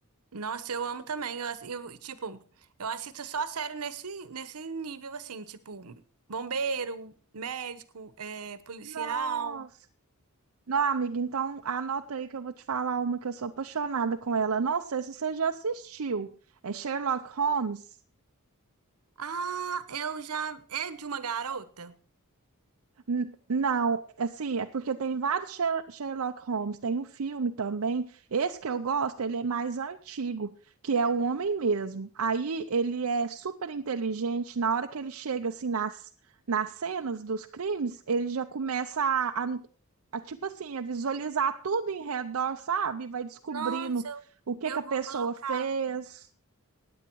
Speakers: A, on the right (about 85°); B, on the right (about 70°).
A: Nossa, eu amo também. Eu, ass- eu, tipo, eu assisto só sério nesse, nesse nível, assim, tipo, bombeiro, médico, é, policial.
B: Nossa. Não, amiga, então anota aí que eu vou te falar uma que eu sou apaixonada com ela. Não sei se você já assistiu. É Sherlock Holmes.
A: Ah, eu já. É de uma garota?
B: N- Não, assim, é porque tem vários Sher- Sherlock Holmes, tem um filme também. Esse que eu gosto, ele é mais antigo, que é o homem mesmo. Aí ele é super inteligente, na hora que ele chega assim nas, nas cenas dos crimes, ele já começa a, a- a, tipo assim, a visualizar tudo em redor, sabe? Vai descobrindo
A: Nossa,
B: o que
A: eu,
B: que
A: eu
B: a
A: vou
B: pessoa
A: colocar.
B: fez.